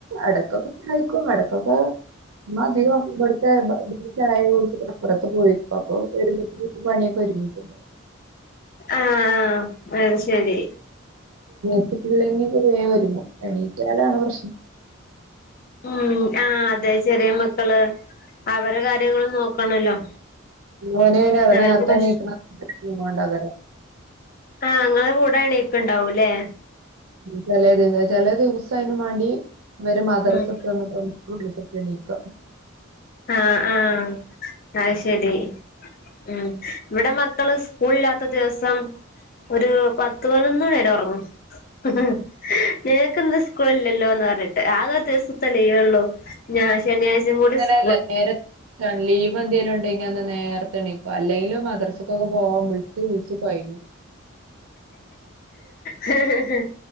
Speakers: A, on the right; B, on the left.
A: അടക്കം കഴക്കോ കിടക്കോക്ക ഉമ്മ അധികം ഇവിടന്ന് ചായ കുടിച്ച്അപ്പറത്ത് പോയിരിക്കും അപ്പൊ വരുമ്പോത്തിന് പണി കഴിയും ഉ <inaudible>
B: ആഹ് ആ അത്ശരി
A: എണീറ്റില്ലെങ്കിൽ വേ ഒരുങ്ങും എണീറ്റാലാണ് പ്രശ്നം
B: ഉം ആഹ് അതെ ചെറിയ മക്കള് അവരെ കാര്യങ്ങളും നോക്കണല്ലോ
A: ഓനെ ന
B: അവർക്ക്
A: നേരത്തെ
B: ഭക്ഷ
A: എണീക്കുന്നന്ന് <unintelligible>
B: ആഹ് ഇങ്ങെടെ കൂടെ എണീക്ക ണ്ടാവൂല്ലേ
A: ചെലെ ദിവസം ചിലെ ദിവസം അയ്ന് മ്മാണ്ടി ഇവര് മദ്രസത്ത്ട്ട്
B: ഉം
A: വന്നിട്ട് <unintelligible> വിളിച്ചിട്ട് എണീക്ക
B: ആഹ് ആഹ് ആഹ് ശരി
A: ഉം.
B: ഉം ഇവിടെ മക്കള് സ്കൂളില്ലാത്ത ദിവസം ഒരു പത്ത്പതിനൊന്നണിരെ ഒറങ്ങും ഉഹ് നിയക്ന്ന് സ്കൂൾല്ലല്ലോന്ന് പർഞ്ഞിട്ട് ആക ഒരു ദിവസം ത്തെ ലീവൊള്ളൂ ഞാ ശനിയാഴ്ചകൂടി സ്
A: തല്ല നേര ത്താ ലീവ് ന്തേലും ഉണ്ടെങ്കി അന്ന് നേര്ത്തെണീക്കും അല്ലെങ്കിലു മദ്രസ്ക്കൊക്കെ പോവാ വിൾച്ച് വിൾച്ച് കൊയ്ങ്ങും
B: ഹ്ഹ്ഹ്...